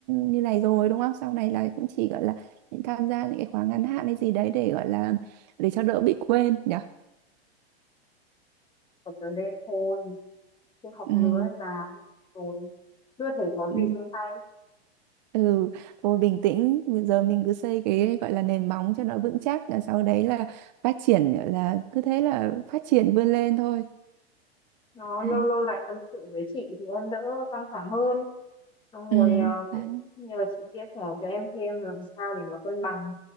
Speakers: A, on the right; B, on the left.
A: như này rồi đúng không sau này là cũng chỉ gọi là những tham gia những cái khóa ngắn hạn hay gì đấy để gọi là để cho đỡ bị quên nhỉ
B: ở tới đây thôi chứ học
A: ừ,
B: nữa già rồi chưa thấy có
A: ừ,
B: gì trong tay
A: ừ. thôi bình tĩnh bây giờ mình cứ xây cái gọi là nền móng cho nó vững chắc rồi sau đấy là phát triển gọi là cứ thế là phát triển vươn lên thôi
B: nó
A: đấy.
B: lâu lâu lại tâm sự với chị thì em đỡ căng thẳng hơn xong rồi
A: Ừ,
B: à,
A: đấy.
B: cũng nhờ chị chia sẻ cho em thêm làm sao để mà cân bằng